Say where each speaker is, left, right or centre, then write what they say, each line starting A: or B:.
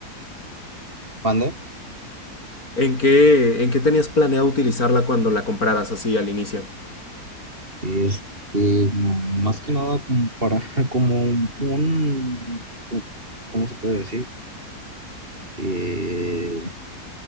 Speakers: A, on the right (about 35°); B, on the left (about 65°).
A: ¿Mande?
B: ¿En qué, en qué tenías planeado utilizarla cuando la compraras así al inicio?
A: Este, mm, más que nada como para, <laughs> como un, ¿cómo se puede decir? Eh,